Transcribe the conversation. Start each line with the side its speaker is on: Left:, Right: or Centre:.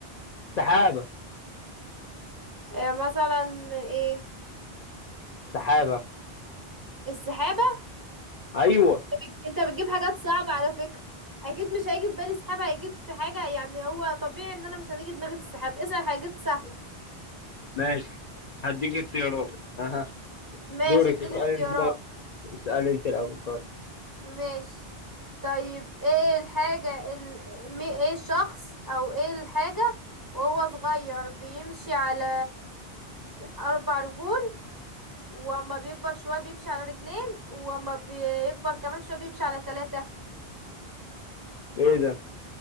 Left: السحابة
Right: إيه مثلا ايه
Left: السحابة
Right: السحابة
Left: ايوه
Right: بت- انت بتجيب حاجات صعبة على فكرة اكيد مش هيجي في بالي سحابة هيجي في حاجة يعني هو طبيعي ان انا مش هتيجي دماغي في السحاب اسأل حاجات سهلة
Left: ماشي هديك اختيارات اها
Right: ماشي
Left: دورك
Right: اديني
Left: اسألي
Right: اختيارات
Left: انت طيب اسألي انت الاول طيب
Right: ماشي طيب ايه الحاجة ال... مي- ايه الشخص او ايه الحاجة وهو صغير بيمشي على اربع رجول واما بيكبر شوية بيمشي على رجلين واما بيكبر كمان شوية بيمشي على ثلاثة
Left: ايه ده